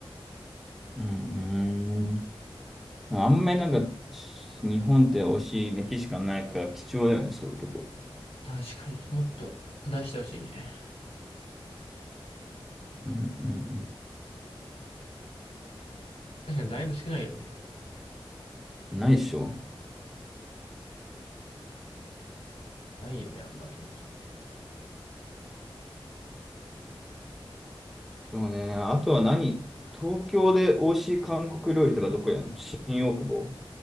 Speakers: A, in the centre; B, on the left.
A: うんうん。あんまりなんか、し日本って美味しいメキシカンないから貴重だよね、そういうとこ。
B: 確かに、もっと出してほしいね。
A: うんうん
B: 確かにだいぶ少ないよね。
A: うん。ないでしょ。
B: ないよね、あんまりね。
A: でもね、あとは何東京で美味しい韓国料理とかどこやんの新大久保。